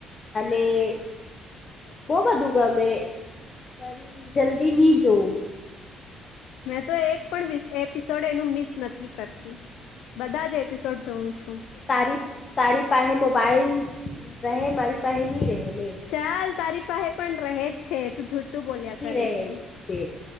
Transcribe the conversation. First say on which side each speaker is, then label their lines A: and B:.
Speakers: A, on the left (about 30°); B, on the left (about 85°).
A: અને અને બહ વધુંગા મેં પણ જલ્દી નહી જોઉં
B: મેં તો એક પણ એપિસોડ એનું મિસ નથી કરતી બધા જ એપિસોડ જોઉં છું
A: તારી તારી પાસે મોબાઈઇલ રહે માારી પાસે નહીં રહે નહીં
B: ચાલ તારી પાસે પણ રહે જ છે તું જૂઠું બોલ્યા
A: ની
B: કરે
A: રહે
B: છે
A: છે